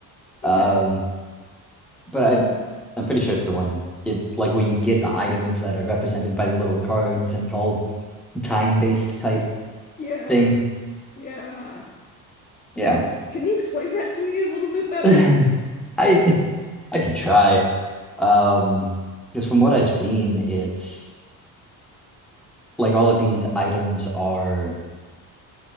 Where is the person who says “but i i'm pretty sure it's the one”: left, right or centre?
Centre